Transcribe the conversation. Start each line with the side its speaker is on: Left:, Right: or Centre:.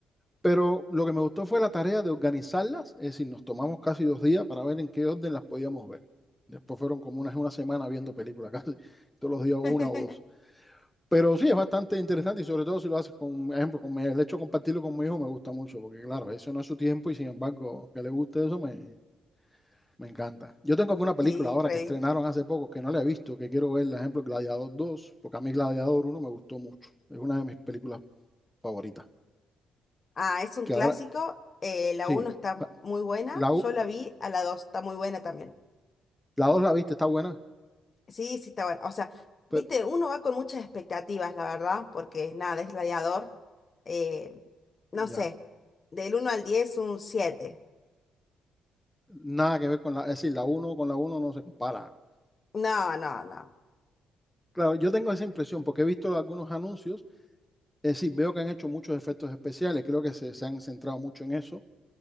Centre: Pero lo que me gustó fue la tarea de organizarlas, es decir, nos tomamos casi dos días para ver en qué orden las podíamos ver. Después fueron como unas una semana viendo películas <laughs> casi, todos los días una
Left: <laughs>
Centre: o dos. Pero sí, es bastante interesante y sobre todo si lo haces con, ejemplo, con mi- el hecho de compartirlo con mi hijo me gusta mucho, porque claro, eso no es su tiempo y sin embargo que le guste eso me, me encanta. Yo tengo alguna película
Left: Sí,
Centre: ahora
Left: re
Centre: que estrenaron
Left: lindo.
Centre: hace poco que no la he visto, que quiero ver, por ejemplo, Gladiador dos, porque a mí Gladiador uno me gustó mucho, es una de mis películas favoritas.
Left: Ah, es un
Centre: Que
Left: clásico.
Centre: ahora,
Left: eh,
Centre: sí,
Left: la uno está muy buena.
Centre: la,
Left: Yo la vi, a la 2 está muy buena también.
Centre: La 2 la viste, está buena,
Left: Sí, sí, está bueno. O sea,
Centre: pero
Left: viste, uno va con muchas expectativas, la verdad, porque nada, es gladiador. Eh, no
Centre: ya,
Left: sé, del uno al 10, un 7.
Centre: nada que ver con la, es decir, la uno con la uno no se compara.
Left: No, no, no.
Centre: Claro, yo tengo esa impresión porque he visto algunos anuncios, es decir, veo que han hecho muchos efectos especiales, creo que se, se han centrado mucho en eso,